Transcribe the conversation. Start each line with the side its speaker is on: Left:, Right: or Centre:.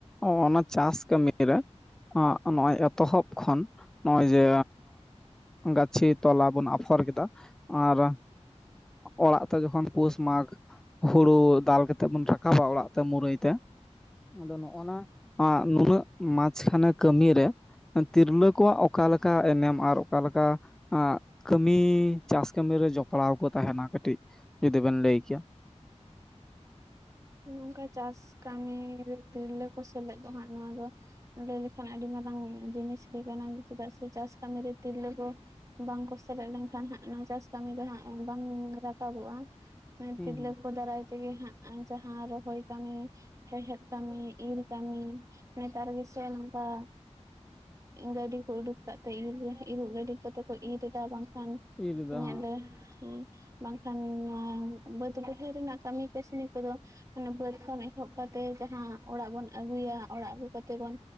Centre: ᱚ ᱚᱱᱟ ᱪᱟᱥ ᱠᱟᱹᱢᱤᱨᱮ ᱟᱸᱜ ᱱᱚᱜᱼᱚᱭ ᱮᱛᱚᱦᱚᱵ ᱠᱷᱚᱱ ᱱᱚ-ᱚᱭ ᱡᱮ ᱦᱟᱸᱜ ᱜᱟᱹᱪᱷᱤ ᱛᱚᱞᱟ ᱵᱚᱱ ᱟᱯᱷᱚᱨ ᱠᱮᱫᱟ ᱟᱨ ᱚᱲᱟᱜ ᱛᱮ ᱡᱚᱠᱷᱚᱱ ᱯᱳᱥ ᱢᱟᱜᱷ ᱦᱩᱲᱩ ᱫᱟᱞ ᱠᱟᱛᱮᱜ ᱵᱩᱱ ᱨᱟᱠᱟᱵᱟ ᱚᱲᱟᱜ ᱛᱮ ᱢᱩᱨᱟᱹᱭ ᱛᱮ᱾ ᱟᱫᱚ ᱱᱚᱜ-ᱚᱱᱟ ᱱᱩᱱᱟᱹᱜ ᱢᱟᱡᱠᱷᱟᱱᱮ ᱠᱟᱹᱢᱤᱨᱮ ᱛᱤᱨᱞᱟᱹ ᱠᱚᱣᱟᱜ ᱚᱠᱟ ᱞᱮᱠᱟ ᱮᱱᱮᱢ ᱟᱨ ᱚᱠᱟᱞᱮᱠᱟ ᱟᱸᱜ ᱠᱟᱹᱢᱤ ᱪᱟᱥ ᱠᱟᱹᱢᱤᱨᱮ ᱡᱚᱯᱲᱟᱣ ᱠᱚ ᱛᱟᱦᱮᱱᱟ ᱠᱟᱹᱴᱤᱡ ᱡᱩᱫᱤ ᱵᱮᱱ ᱞᱟᱹᱭ ᱠᱮᱭᱟ?
Right: ᱱᱚᱝᱠᱟ ᱪᱟᱥ ᱠᱟᱹᱢᱤ ᱛᱤᱨᱞᱟᱹ ᱠᱚ ᱥᱮᱞᱮᱫ ᱫᱚ ᱦᱟᱸᱜ ᱱᱚᱣᱟ ᱫᱚ ᱞᱟᱹᱭ ᱞᱮᱠᱷᱟᱱ ᱟᱹᱰᱤ ᱢᱟᱨᱟᱝ ᱡᱤᱱᱤᱥ ᱜᱮ ᱠᱟᱱᱟ ᱪᱮᱫᱟᱜ ᱥᱮ ᱪᱟᱥ ᱠᱟᱹᱢᱤᱤᱨᱮ ᱛᱤᱨᱞᱟᱹ ᱠᱚ ᱵᱟᱝᱠᱚ ᱥᱮᱞᱮᱫ ᱞᱮᱱᱠᱷᱟᱱ ᱦᱟᱸᱜ ᱱᱚᱣᱟ ᱪᱟᱥ ᱠᱟᱹᱢᱤ ᱫᱚ ᱦᱟᱸᱜ ᱵᱟᱝ ᱨᱟᱠᱟᱵᱚᱜᱼᱟ᱾ ᱢᱟᱱᱮ
Centre: ᱦᱩᱸ
Right: ᱛᱤᱨᱞᱟᱹ ᱠᱚ ᱫᱟᱨᱟᱭ ᱛᱮᱜᱮ ᱦᱟᱸᱜ ᱡᱟᱦᱟᱸ ᱨᱟ ᱦᱚᱭ ᱠᱟᱹᱢᱤ, ᱦᱮᱲᱦᱮᱫ ᱠᱟᱹᱢᱤ, ᱤᱨ ᱠᱟᱹᱢᱤ ᱱᱮᱛᱟᱨ ᱜᱮ ᱥᱮ ᱱᱚᱠᱟ ᱜᱟᱹᱰᱤ ᱠᱚ ᱩᱰᱩᱠ ᱠᱟᱫᱛᱮ ᱤᱨ ᱤᱨᱚᱜ ᱜᱟᱹᱰᱤ ᱠᱚᱛᱮ ᱠᱚ ᱤᱨ ᱫᱟ, ᱵᱟᱝᱠᱷᱟᱱ
Centre: ᱦᱩᱸ ᱤᱨ ᱫᱟ
Right: ᱤᱧᱟᱜ
Centre: ᱦᱟᱸᱜ
Right: ᱞᱟᱹ ᱦᱟᱹᱭ ᱵᱟᱝᱠᱷᱟᱱ ᱱᱚᱣᱟ ᱵᱟᱹᱫ ᱵᱟᱹᱭᱦᱟᱹᱲ ᱨᱮᱱᱟᱜ ᱠᱟᱹᱢᱤ ᱠᱟᱹᱥᱱᱤ ᱠᱚᱫᱚ ᱢᱟᱱᱮ ᱵᱟᱹᱫ ᱠᱷᱚᱱ ᱮᱦᱚᱵ ᱠᱟᱛᱮᱜ ᱡᱟᱦᱟᱸ ᱚᱲᱟᱜ ᱵᱚᱱ ᱟᱹᱜᱩᱭᱟ, ᱚᱲᱟᱜ ᱟᱹᱜᱩ ᱠᱟᱛᱮ ᱵᱚᱱ